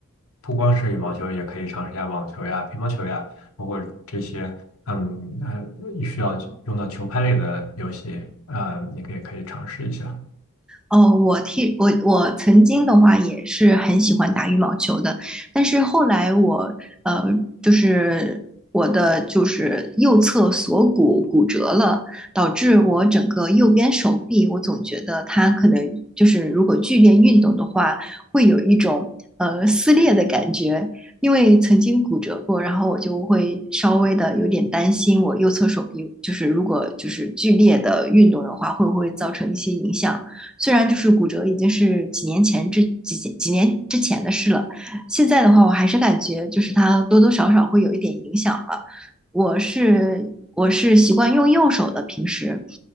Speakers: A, on the left; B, in the centre.
A: 不光是羽毛球，也可以尝试一下网球呀、乒乓球呀，包括这些，呃嗯呃，需要用到球拍类的游戏，呃，你可以可以尝试一下。
B: 哦，我替我我曾经的话也是很喜欢打羽毛球的，但是后来我呃就是我的就是右侧锁骨骨折了，导致我整个右边手臂，我总觉得它可能就是如果剧烈运动的话，会有一种呃撕裂的感觉，因为曾经骨折过，然后我就会稍微的有点担心，我右侧手臂就是如果就是剧烈的运动的话，会不会造成一些影响。虽然就是骨折已经是几年前之几几年之前的事了，现在的话我还是感觉就是它多多少少会有一点影响吧。我是我是习惯用右手的平时，